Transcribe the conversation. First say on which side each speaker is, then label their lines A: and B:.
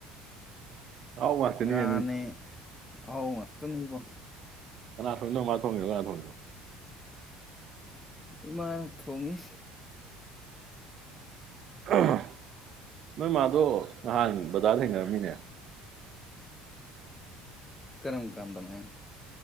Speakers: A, on the right; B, on the left.
A: ꯑꯍꯥꯎꯕ ꯉꯥꯛꯇꯅꯤꯅꯦ
B: ꯉꯥꯅꯦ ꯑꯍꯥꯎ ꯉꯥꯛꯇꯅꯤꯕꯣ
A: ꯀꯅꯥ ꯊꯣꯡꯉꯤ ꯅꯣꯢꯃꯥ ꯊꯣꯡꯉꯤꯔꯣ ꯀꯅꯥ ꯊꯣꯡꯉꯤꯅꯣ
B: ꯏꯃꯥꯅ ꯊꯣꯡꯉꯤ
A: ꯑꯍ ꯅꯣꯏꯃꯥꯗꯣ ꯅꯍꯥꯟ ꯕꯖꯥꯔꯗ ꯊꯦꯡꯅꯔꯝꯃꯤꯅꯦ
B: ꯀꯔꯝ ꯀꯥꯟꯗꯅꯦ